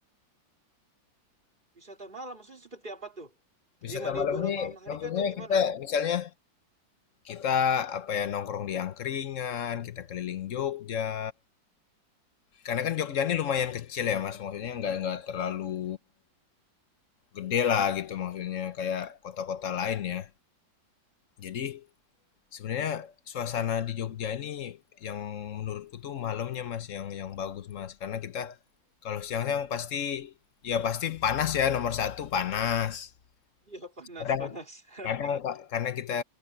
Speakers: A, on the right; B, on the left.
A: Wisata malam, maksudnya seperti apa tuh?
B: Wisata
A: Di Malioboro
B: malam ini
A: malam hari
B: maksudnya
A: kah atau gimana?
B: kita
A: <laughs>
B: misalnya kita apa ya nongkrong di angkringan, kita keliling Jogja. Karena kan Jogja ini lumayan kecil ya Mas, maksudnya nggak nggak terlalu gede lah gitu maksudnya kayak kota-kota lain ya. Jadi sebenarnya suasana di Jogja ini yang menurutku tuh malamnya Mas yang yang bagus Mas karena kita kalau siang-siang pasti ya pasti panas ya nomor satu panas.
A: Iya, panas,
B: Kadang
A: panas. <laughs>
B: kadang Kak, karena kita